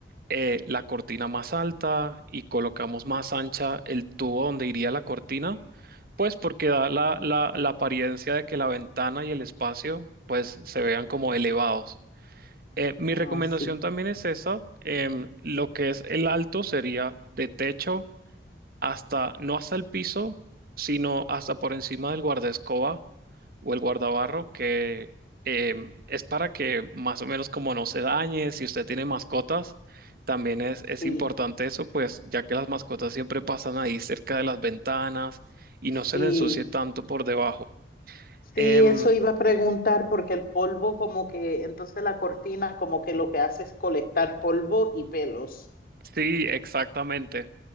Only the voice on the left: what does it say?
ah,
sí,
sí,
sí.
Sí,
eso iba a preguntar porque el polvo como que, entonces la cortina como que lo que hace es colectar polvo y pelos.